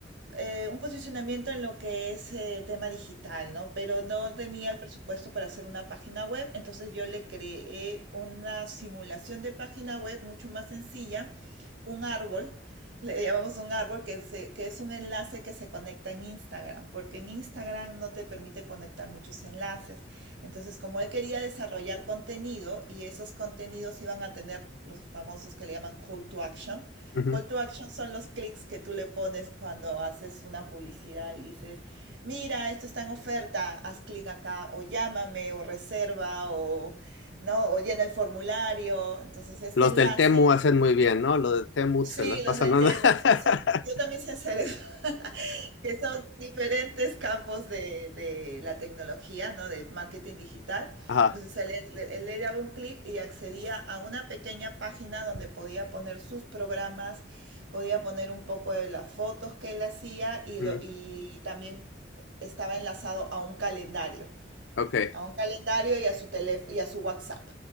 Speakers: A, on the right; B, on the left.
A: eh, un posicionamiento en lo que es eh, tema digital, ¿no? Pero no tenía el presupuesto para hacer una página web, entonces yo le creé una simulación de página web mucho más sencilla, un árbol, le llamamos un árbol, que, se- que es un enlace que se conecta en Instagram, porque en Instagram no te permite conectar muchos enlaces. Entonces, como él quería desarrollar contenido y esos contenidos iban a tener los famosos que le llaman call to action,
B: ujú.
A: Call to action son los clics que tú le pones cuando haces una publicidad y dices, mira, esto está en oferta, haz clic acá, o llámame, o reserva, o, ¿no? o llena el formulario. Entonces, este
B: Los
A: enlace
B: del Temu hacen muy bien, ¿no? Los del Temu
A: Sí,
B: se las pasan
A: los del
B: nada.
A: T-Max.
B: <laughs>
A: Eso, yo también sé hacer eso, <laughs> que son diferentes campos de, de la tecnología, ¿no? De marketing digital.
B: Ajá.
A: Entonces él, él- él le daba un clic y accedía a una pequeña página donde podía poner sus programas, podía poner un poco de las fotos que él hacía y,
B: mm,
A: lo, y también estaba enlazado a un calendario
B: ok.
A: a un calendario y a su teléfono y a su WhatsApp,